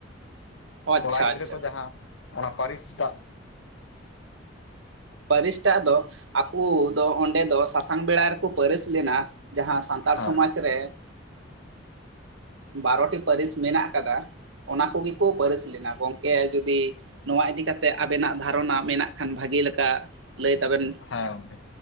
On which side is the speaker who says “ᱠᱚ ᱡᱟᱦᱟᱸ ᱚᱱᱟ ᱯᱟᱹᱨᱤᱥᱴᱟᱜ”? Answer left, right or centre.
Left